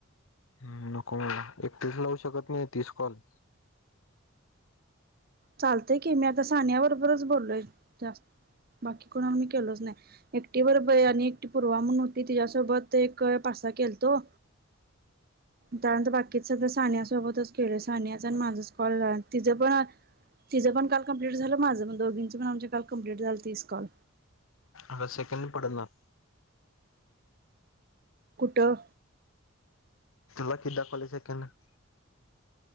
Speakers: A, on the left; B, on the right.
A: ह् नको, मला एकटीच लावू शकत नाही तीस कॉल.
B: चालतय की, मी आता सानिया बरोबरच बोललोय जास्त बाकी कोणावर मी केलोच नाही, एकटी बरब बाई आणि एकटी पर्वा म्हणून होती. तिच्यासोबत ते एक पाच सहा केलतो. त्यानंतर बाकी सगळ सानिया सोबतच खेळ सानिया आणि माझाच कॉल झाल तिझं पण तिं पण काल कंप्लीट झालं. माझं पण, दोघींची पण आमच्या काल कंप्लीट झालात तीस कॉल.
A: आग सेकंड पडणार
B: कुठं?
A: ल किधा कॉलेजक ना <inaudible>